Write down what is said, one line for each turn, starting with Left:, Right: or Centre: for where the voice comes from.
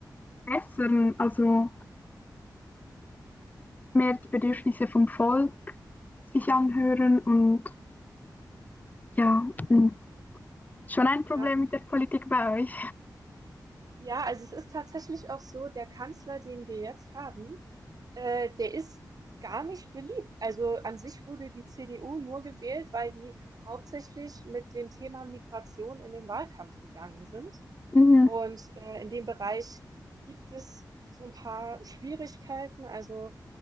Left: bessern, also mehr die Bedürfnisse vom Volk sich anhören und ja, mm. schon ein Problem
Right: Ja.
Left: mit der Politik bei euch.
Right: Ja, also, es ist tatsächlich auch so, der Kanzler, den wir jetzt haben, äh, der ist gar nicht beliebt. Also, an sich wurde die CDU nur gewählt, weil die hauptsächlich mit dem Thema Migration in den Wahlkampf gegangen sind.
Left: Mhm.
Right: Und, äh, in dem Bereich gibt es so ein paar Schwierigkeiten. Also,